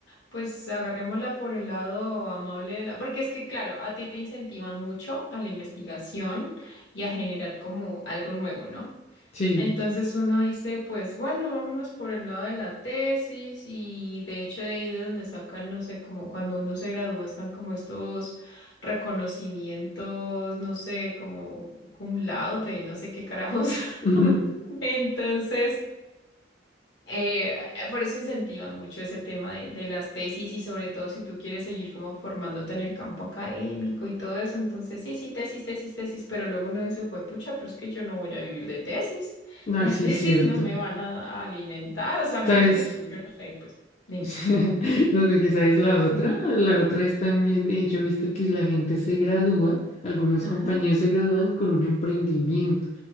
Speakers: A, on the left; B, on the left.
A: pues agarrémosla por el lado amable de la. Porque es que, claro, a ti te incentivan mucho a la investigación y a generar como algo nuevo, ¿no?
B: Sí,
A: Entonces uno dice, pues bueno, vámonos por el lado de la tesis y de hecho de ahí de donde sacan, no sé, como cuando uno se gradúa están como estos reconocimientos, no sé, como cum laude y no sé qué carajos.
B: ujú,
A: <laughs> Entonces, eh, eh, por eso incentivan mucho ese tema de, de las tesis y sobre todo si tú quieres seguir como formándote en el campo académico y todo eso, entonces sí, sí, tesis, tesis, tesis, pero luego uno dice, fue pucha, pero es que yo no voy a vivir de tesis, <laughs>
B: así
A: las tesis
B: es cierto.
A: no me van a alimentar, o sea, a menos
B: ¿Sabes?
A: de que tú, yo no sé, pues dime.
B: <laughs> No que quizá es la otra.
A: <laughs>
B: La otra es también, eh, yo he visto que la gente se gradúa, algunos
A: Ajá.
B: compañeros se gradúan con un emprendimiento,